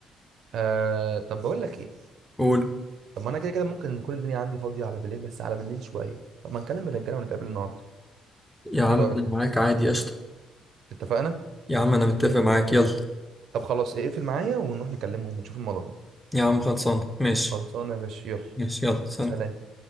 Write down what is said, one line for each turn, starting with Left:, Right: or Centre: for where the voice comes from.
Right: آه طب بقول لك ايه
Centre: قول
Right: طب ما انا كده كده ممكن نكون الدنيا عندي فاضيه على بالليل بس على بالليل شويه طب ما نكلم الرجاله ونتقابل النهارده
Centre: يا عم
Right: ايه رايك
Centre: انا معاك عادي قشطه
Right: اتفقنا
Centre: يا عم انا متفق معاك يلا
Right: طب خلاص ايه اقفل معايا ونروح نكلمهم ونشوف الموضوع ده
Centre: يا عم خلصان ماشي
Right: خلصانه يا باشا يلا
Centre: ماشي يلا سلام
Right: سلام